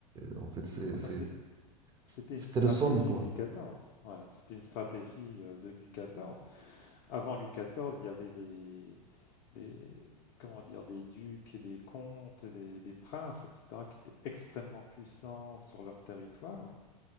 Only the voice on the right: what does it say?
en fait c'est
c'est-
c'était
le sommet quoi.